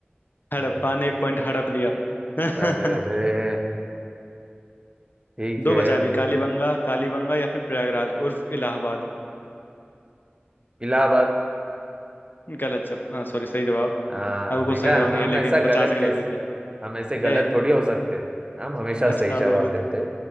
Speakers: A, on the left; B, on the right.
A: हड़प्पा
B: अरे
A: ने एक पॉइंट हड़प लिया <laughs> हाँ
B: अरे अरे ठीक
A: दो
B: है
A: बचा अभी कालीबंगा कालीबंगा या फिर प्रयागराज उर्फ इलाहाबाद
B: इलाहाबाद
A: गलत जवाब सॉरी सही जवाब
B: हाँ
A: अब कुछ
B: देखा
A: सही जवाब नहीं
B: हम
A: है लेकिन
B: ऐसा
A: पचास
B: गलत
A: गलत
B: कैसे
A: दे दिया
B: हम ऐसे गलत
A: ए
B: थोड़ी हो सकते हैं हम हमेशा
A: पचास
B: सही जवाब
A: गलत
B: देते
A: दे